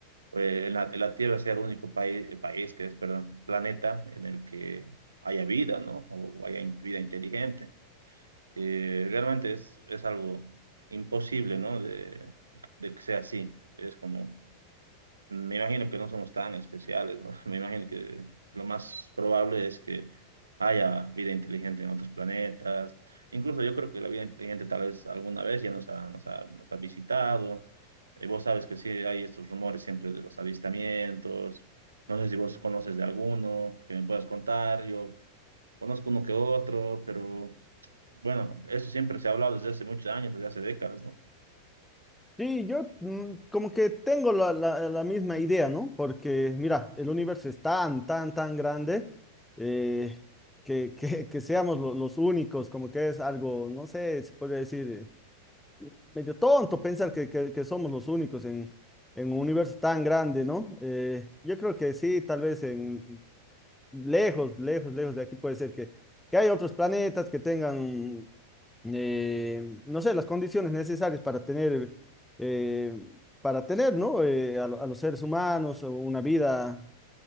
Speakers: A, on the right; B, in the centre.
A: eh, la, la Tierra sea el único país, país que es, perdón, planeta en el que haya vida, ¿no? O haya in- vida inteligente. Eh, realmente es, es algo imposible, ¿no? De, de que sea así. Es como me imagino que no somos tan especiales, ¿no? <laughs> Me imagino que lo más probable es que haya vida inteligente en otros planetas. Incluso yo creo que la vida inteligente tal vez alguna vez ya nos ha, nos ha- nos ha visitado. Eh, vos sabes que sí hay estos rumores siempre de los avistamientos. No sé si vos conoces de alguno que me puedas contar. Yo conozco uno que otro, pero bueno, eso siempre se ha hablado desde hace muchos años, desde hace décadas, ¿no?
B: Sí, yo mm, como que tengo la, la- la misma idea, ¿no? Porque mira, el universo es tan, tan, tan grande eh, que, que- que seamos lo- los únicos, como que es algo, no sé, se podría decir, eh, medio tonto pensar que, que- que somos los únicos en, en un universo tan grande, ¿no? Eh, yo creo que sí, tal vez en lejos, lejos, lejos de aquí puede ser que, que hay otros planetas que tengan eh, no sé, las condiciones necesarias para tener, eh, para tener, ¿no? Eh, a, lo- a los seres humanos o una vida,